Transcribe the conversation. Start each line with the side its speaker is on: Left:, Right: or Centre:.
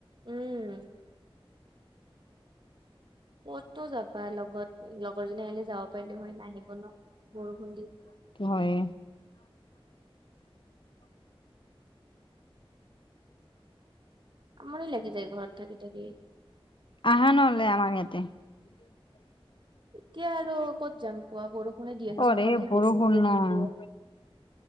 Right: উম ক'ততো যাবা লগত লগৰজনী আহিলে যাব পাৰিলো হয় নাহিব ন বৰষুণ দি
Left: হয়
Right: আমনি লাগি যায় ঘৰত থাকি থাকি
Left: আহা নহলে আমাৰ ইয়াতে <inaudible>
Right: এতিয়া আৰু ক'ত যাম কোৱা বৰষুণে দি আহিছে
Left: অৰে
Right: আকৌ যদি
Left: বৰষুণ
Right: বেছি জোৰে
Left: ন।
Right: দি দিয়ে